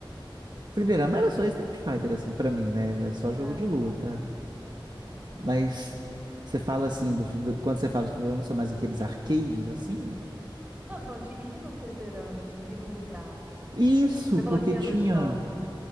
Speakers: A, on the right; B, on the right.
A: Fliperama era só Street Fighter, assim, pra mim, né? Era só
B: Ah,
A: jogo de luta.
B: tá.
A: Mas você fala assim, do, do- quando você fala de fliperama, são mais aqueles arcades, assim?
B: Não, tô falando de ir no fliperama, de ir num lugar.
A: Isso,
B: Você falou
A: porque
B: que ia
A: tinha.
B: no shopping.